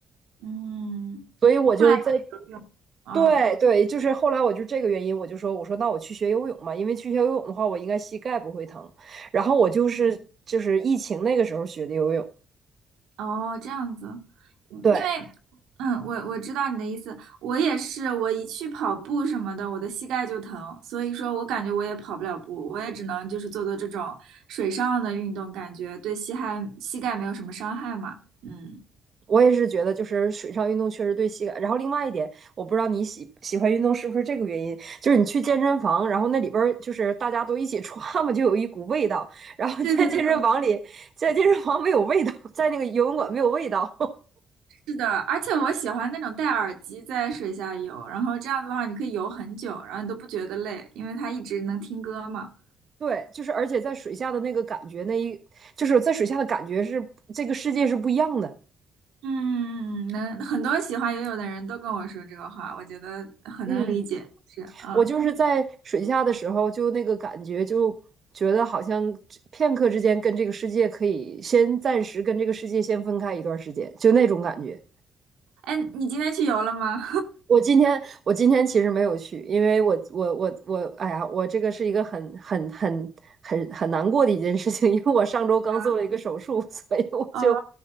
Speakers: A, on the right (about 85°); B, on the right (about 45°).
A: 嗯，
B: 所以我就在
A: 后来就游泳，嗯。
B: 对对，就是后来我就这个原因，我就说我说那我去学游泳嘛，因为去学游泳的话，我应该膝盖不会疼。然后我就是就是疫情那个时候学的游泳，
A: 哦，这样子，嗯因为，
B: 对
A: 嗯，我我知道你的意思，我也是，我一去跑步什么的，我的膝盖就疼，所以说我感觉我也跑不了步，我也只能就是做做这种水上的运动，感觉对膝盖膝盖没有什么伤害嘛。嗯，
B: 我也是觉得就是水上运动确实对膝盖。然后另外一点，我不知道你喜喜欢运动是不是这个原因，就是你去健身房，然后那里边儿就是大家都一起穿嘛，就有一股味道。然后在健身房里，
A: 对对对，
B: 在健身房没有味道，在那个游泳馆没有味道。
A: 是的，而且我喜欢那种戴耳机在水下游，然后这样子的话，你可以游很久，然后你都不觉得累，因为它一直能听歌嘛。
B: 对，就是而且在水下的那个感觉，那一就是在水下的感觉是这个世界是不一样的。
A: 嗯，嗯嗯能很多喜欢游泳的人都跟我说这个话，我觉得很能理解，
B: 嗯，
A: 就是嗯，
B: 我就是在水下的时候，就那个感觉，就觉得好像片刻之间跟这个世界可以先暂时跟这个世界先分开一段时间，就那种感觉。
A: 哎，你今天去游了吗？
B: 我今天我今天其实没有去，因为我我我我，哎呀，我这个是一个很很很很很难过的一件事情，因为我上周刚做了一个手术，
A: <laughs>
B: <laughs> 所以我就
A: 哦，